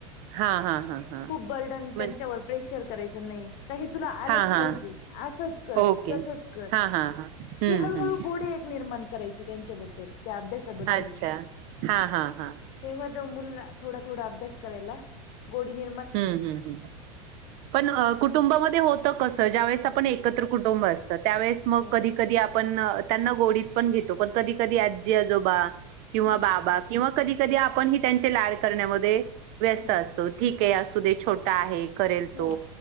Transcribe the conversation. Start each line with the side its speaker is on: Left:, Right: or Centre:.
Right: हा हा हा. हा
Left: खूप बर्डन
Right: म्हण
Left: त्यांच्यावर प्रेशर करायचं नाही. काही तुला आलंच
Right: हा हा
Left: पाहिजे असंच कर
Right: ओके
Left: तसच कर
Right: हा हा हा हम्म
Left: ते हळूहळू
Right: हम्म
Left: गोडे एक निर्माण. करायची त्यांच्याबद्दल त्या अभ्यासाबद्दल.
Right: अच्छा हा हा हा.
Left: तेव्हा मुल थोडा थोडा अभ्यास करायला गोडी नि.
Right: हम्म हम्म हम्. पण कुटुंबामध्ये होत कसं ज्यावेेळेस आपण एकत्र कुटुंब असतं त्यावेळेस मग
Left: हो
Right: कधी. कधी आपण त्यांना गोडीत पण घेतो पण कधी कधी आजी आजोबा किंवा
Left: हा
Right: बाबा. किंवा कधी कधी आपण ह त्यांचे लाळ करण्यामध्ये व्यस्त
Left: हो
Right: असतो. ठीक आहे असू दे छोटा आहे करेल
Left: हो
Right: तो